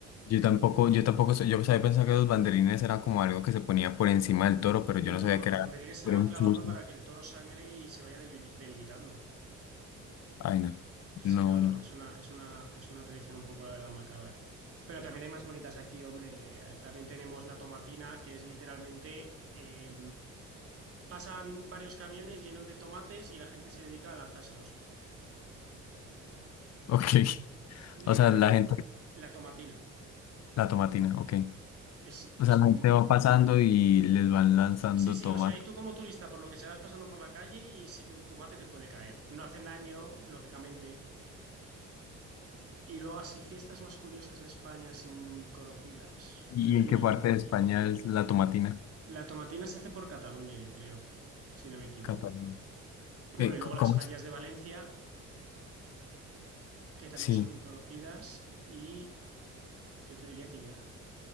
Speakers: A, on the left; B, on the right.
A: Yo tampoco, yo tampoco, sé- yo sabía pensar que los banderines eran como algo que se ponía por encima del toro, pero yo no
B: No,
A: sabía
B: no,
A: que
B: los
A: era,
B: banderines se
A: era
B: le van
A: un
B: clavando
A: chuzo.
B: para que el toro sangre y se vaya deli- debilitando.
A: Ay, no.
B: Sí,
A: No,
B: no,
A: bueno.
B: no, es una, es una, es una tradición un poco, la verdad, macabra. Pero también hay más bonitas aquí, hombre. Eh, También tenemos la tomatina, que es literalmente, eh, pasan varios camiones llenos de tomates y la gente se dedica a lanzárselos.
A: Ok. <laughs>
B: Literalmente,
A: O sea, la gente,
B: la tomatina.
A: la tomatina, ok.
B: Es,
A: O sea,
B: es,
A: la
B: mm,
A: gente va pasando y les van lanzando
B: sí, sí,
A: tomas.
B: o sea, y tú como turista, por lo que se vas pasando por la calle y sí que un tomate te puede caer. No hacen daño, lógicamente. Y luego así, fiestas más curiosas de España sin conocidas.
A: ¿Y
B: Yo te
A: en
B: diría
A: qué parte
B: que
A: de España es la tomatina?
B: la tomatina se hace por Cataluña, yo creo, si no me equivoco.
A: Cataluña.
B: Bueno,
A: Eh,
B: y luego
A: c-
B: las
A: ¿cómo
B: fallas
A: es?
B: de Valencia, que también
A: Sí,
B: son muy conocidas. Y yo te diría que ya.